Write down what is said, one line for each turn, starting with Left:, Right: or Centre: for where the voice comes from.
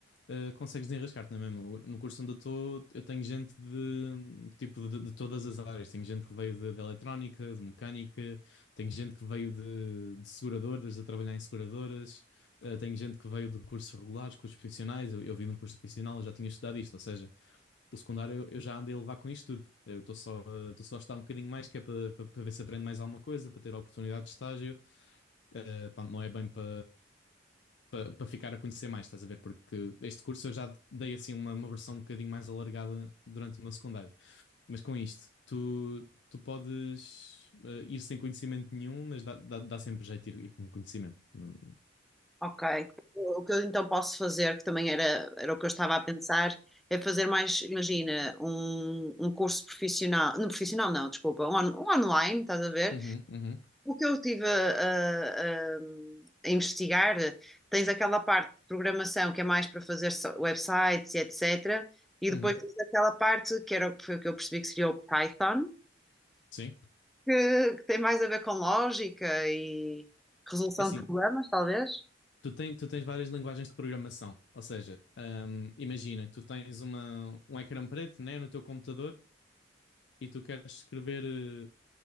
Left: eh, consegues desenrascar-te na mesma. O- No curso onde eu estou, eu tenho gente de tipo de, de todas as áreas. Tenho gente que veio de, de eletrónica, de mecânica, tenho gente que veio de, de seguradoras, a trabalhar em seguradoras, eh, tenho gente que veio de cursos regulares, cursos profissionais. Eu, eu vim de um curso profissional, eu já tinha estudado isto, ou seja, pelo secundário eu, eu já andei a levar com isto tudo. Eu estou só, eh, estou só a estar um bocadinho mais, que é para para- para ver se aprendo mais alguma coisa, para ter a oportunidade de estágio. Eh, pá, não é bem para para para ficar a conhecer mais, estás a ver? Porque este curso eu já dei assim uma, uma versão um bocadinho mais alargada durante o meu secundário. Mas com isto, tu, tu podes eh, ir sem conhecimento nenhum, mas dá, dá, dá sempre jeito ir, ir com conhecimento. Não-
Centre: Ok. O que eu então posso fazer, que também era, era o que eu estava a pensar, é fazer mais, imagina, um, um curso profissional, não profissional não, desculpa, um, on- um online, estás a ver?
Left: Uhum, uhum,
Centre: O que eu estive a, a- a- investigar, tens aquela parte de programação que é mais para fazer so- websites e etc. E depois
Left: uhum.
Centre: tens aquela parte que era, o que foi o que eu percebi que seria o Python,
Left: Sim.
Centre: que, que tem mais a ver com lógica e resolução
Left: É assim,
Centre: de problemas, talvez.
Left: Tu, tem, tu tens várias linguagens de programação, ou seja, hum, imagina que tu tens uma, um ecrã preto, né, no teu computador e tu queres escrever eh,